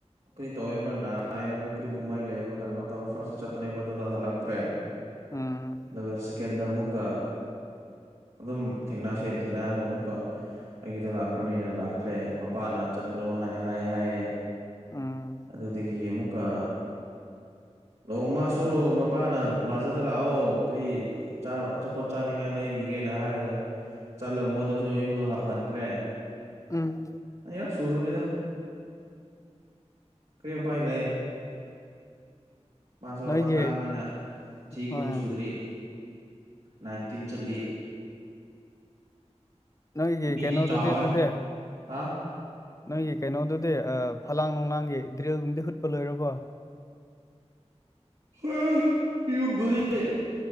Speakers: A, on the right; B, on the left.
A: ꯀꯔꯤ ꯇꯧꯕ꯭ꯔꯥ ꯅꯥꯏꯕ꯭ꯔꯥ ꯀꯔꯤ ꯀꯨꯝꯍꯩ ꯂꯩꯕ꯭ꯔꯥ ꯀꯔꯝꯥꯏꯅ ꯇꯧꯔꯣ ꯐꯥꯁꯇ ꯆꯠꯄꯅꯦꯕ ꯑꯗꯨꯗ ꯍꯜꯂꯛꯇ꯭ꯔꯦ
B: ꯎꯝ
A: ꯑꯗꯨꯒ ꯇꯀꯦꯟꯗ ꯑꯃꯨꯛꯀ ꯑꯗꯨꯝ ꯊꯦꯡꯅꯁꯦ ꯊꯦꯡꯅꯔꯒ ꯑꯃꯨꯛꯀ ꯑꯩꯒꯤꯗ ꯂꯥꯛ ꯈꯔꯅꯤꯅ ꯂꯥꯛꯈ꯭ꯔꯦ ꯃꯄꯥꯅ ꯆꯠꯈ꯭ꯔꯨ ꯍꯥꯏꯅ ꯍꯥꯏꯌꯦ ꯍꯥꯏꯑꯦ
B: ꯎꯝ
A: ꯑꯗꯨꯗꯒꯤ ꯑꯃꯨꯛꯀ ꯅꯣꯡꯃꯁꯨ ꯃꯄꯥꯅ ꯃꯥꯖꯗ ꯂꯥꯛꯑꯣ ꯀꯔꯤ ꯑꯆꯥꯄꯣꯠ ꯆꯥꯅꯤꯡꯉꯥꯏ ꯂꯩꯕꯤꯒꯦꯅ ꯍꯥꯏꯔꯒ ꯆꯠꯂꯒ ꯃꯣꯏꯗꯁꯨ ꯌꯨꯝꯗ ꯍꯟꯈ꯭ꯔꯦ
B: ꯎꯝ
A: ꯑ ꯌꯥ ꯁꯣꯝ ꯂꯤꯗ ꯀꯔꯤꯣ ꯄꯥꯏ ꯂꯩꯑ ꯃꯥꯁꯨ
B: ꯅꯣꯏꯒꯤ
A: ꯑꯉꯥꯡꯅꯤꯅ ꯆꯍꯤ
B: ꯍꯣꯏ
A: ꯀꯨꯟ ꯁꯨꯗ꯭ꯔꯤ ꯅꯥꯏꯟꯇꯤꯟ ꯆꯠꯂꯤ
B: ꯅꯣꯏꯒꯤ
A: ꯃꯤꯗꯤ
B: ꯀꯩꯅꯣꯗꯨꯗꯤ
A: ꯆꯥꯎꯋꯦ
B: ꯑꯗꯨꯗꯤ
A: ꯍꯥꯥ
B: ꯅꯣꯏꯒꯤ ꯀꯩꯅꯣꯗꯨꯗꯤ ꯐꯂꯥꯡ ꯅꯨꯡꯂꯥꯡꯒꯤ ꯗ꯭ꯔꯤꯜꯒꯨꯝꯗꯤ ꯍꯨꯠꯄ ꯂꯣꯏꯔꯕꯣ
A: ꯍ ꯌꯨꯝꯕꯨꯗꯤ